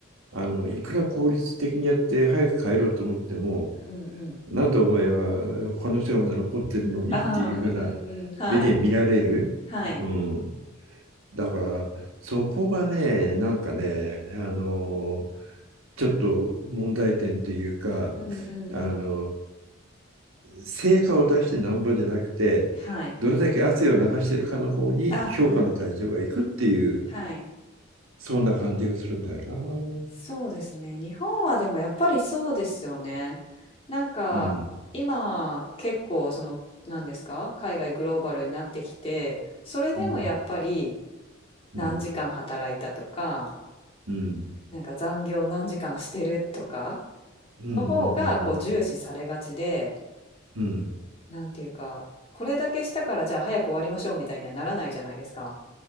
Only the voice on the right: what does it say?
あの、いくら効率的にやって早く帰ろうと思っても、
なんでお前は他の人がまだ残ってるのにっていうふうな
目で見られる。
うん。だから、そこがね、なんかね、あのちょっと問題点というか、
あの、成果を出してなんぼじゃなくて、
どれだけ汗を流しているかの方に評価の対象がいくっていう、
そんな感じがするんだよな。
うん、うん、
うん、うん、
うん、うん、
うん、うん、うん